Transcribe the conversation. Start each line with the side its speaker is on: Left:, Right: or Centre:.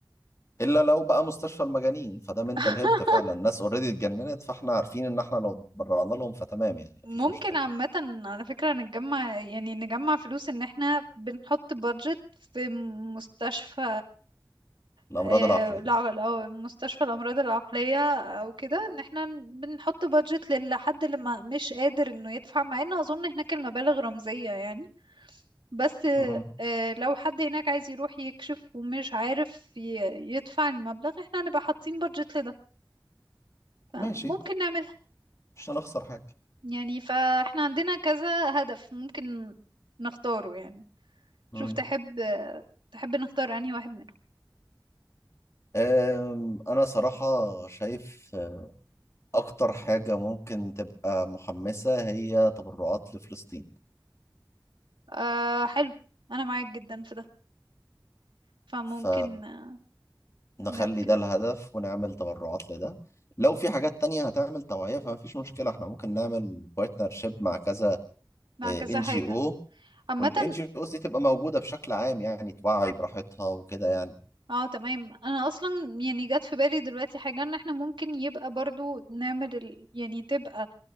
Left: إلا لو بقى مستشفى المجانين فده منتال
Right: <laughs>
Left: هيلث فعلا الناس اوريدي اتجننت فاحنا عارفين إن احنا لو اتبرعنا لهم فتمام يعني
Right: ممكن
Left: مفيش مشكلة
Right: عامة على فكرة نتجمع يعني نجمع فلوس ان احنا بنحط بادجت في مستشفى
Left: الأمراض
Right: آه،
Left: العقلية
Right: الع- الأو- مستشفى الأمراض العقلية أو كده إن احنا بنحط بادجت لحد اللي ما مش قادر إنه يدفع مع إنه أظن هناك المبالغ رمزية يعني بس
Left: مم.
Right: آه، لو حد هناك عايز يروح يكشف ومش عارف ي- يدفع المبلغ احنا هنبقى حاطين بادجت لده فممكن
Left: ماشي
Right: نعملها
Left: مش هنخسر حاجة
Right: يعني فاحنا عندنا كذا هدف ممكن نختاره يعني شوف
Left: مم.
Right: تحب تحب نختار انهي واحد منهم
Left: أم، أنا صراحة شايف أكتر حاجة ممكن تبقى محمسة هي تبرعات لفلسطين
Right: أه حلو انا معاك جدا في ده فممكن
Left: ف
Right: آه،
Left: نخلي
Right: نعمل كده
Left: ده الهدف ونعمل تبرعات لده لو في حاجات تانية هتعمل توعية فما فيش مشكلة احنا ممكن نعمل بارتنرشيب مع كذا
Right: مع
Left: ان
Right: كذا حاجة
Left: جي او
Right: عامة
Left: والان جي اوز دي تبقى موجودة بشكل عام يعني توعي براحتها وكده يعني
Right: اه تمام انا اصلا يعني جت في بالي دلوقتي حاجة ان احنا ممكن يبقى برضو نعمل ال... يعني تبقى